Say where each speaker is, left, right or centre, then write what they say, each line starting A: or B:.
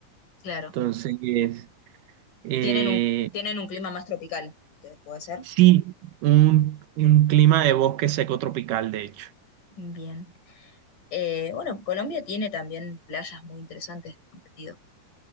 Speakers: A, on the left (about 80°); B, on the right (about 80°).
A: claro.
B: Entonces, eh,
A: Tienen un, tienen un clima más tropical, ustedes puede ser.
B: sí, un, un clima de bosque seco tropical, de hecho.
A: Bien. Eh, bueno, Colombia tiene también playas muy interesantes, este sentido.